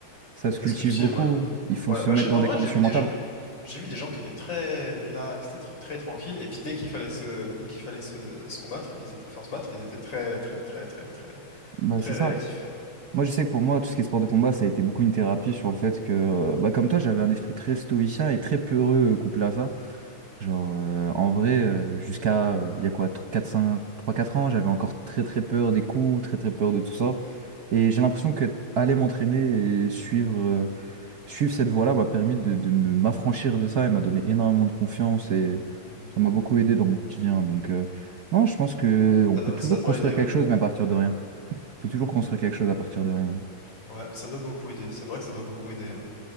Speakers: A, on the right (about 55°); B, on the left (about 65°).
A: Ça se
B: Ça
A: cultive
B: se cultive,
A: beaucoup.
B: ouais.
A: Il faut
B: Ouais,
A: se
B: bah
A: mettre
B: j'ai,
A: dans
B: en
A: des
B: vrai,
A: conditions
B: j'ai vu des
A: mentales.
B: gens, j'ai vu des gens qui étaient très relax, très, tr- très tranquilles, et puis dès qu'il fallait se, dès qu'il fallait se, se combattre, ils étaient, enfin se battre, ils étaient très, très, très, très, très,
A: Bah,
B: très
A: c'est
B: réactifs.
A: ça. Moi, je sais que pour moi, tout ce qui est sport de combat, ça a été beaucoup une thérapie sur le fait que, euh, bah, comme toi, j'avais un esprit très stoïcien et très peureux euh, couplé à ça. Genre, euh, en vrai, euh, jusqu'à, euh, il y a quoi, quatre cinq trois quatre ans, j'avais encore très, très peur des coups, très, très peur de tout ça. Et j'ai l'impression que aller m'entraîner et suivre, euh, suivre cette voie-là m'a permis de, de me- m'affranchir de ça et m'a donné énormément de confiance et
B: Hmm.
A: ça m'a beaucoup aidé dans mon quotidien. Donc, euh, non, je pense que on
B: Ça
A: peut
B: doit,
A: toujours
B: ça doit
A: construire
B: aider, ouais.
A: quelque chose, mais à partir de rien. On peut toujours construire quelque chose à partir de rien.
B: Ouais, ça doit beaucoup aider. C'est vrai que ça doit beaucoup aider. hein.